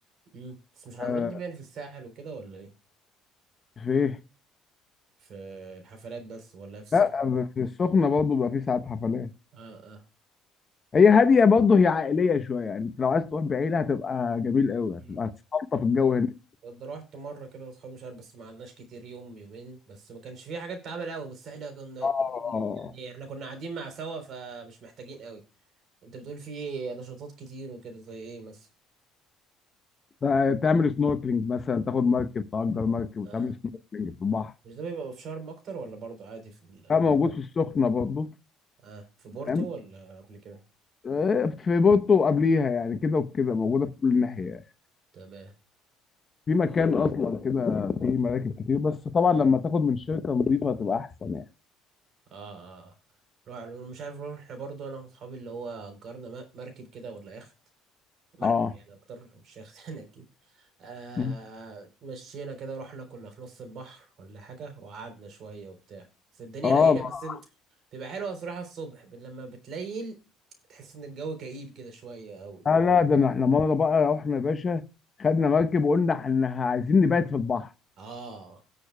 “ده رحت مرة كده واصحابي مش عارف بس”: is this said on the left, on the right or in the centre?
Right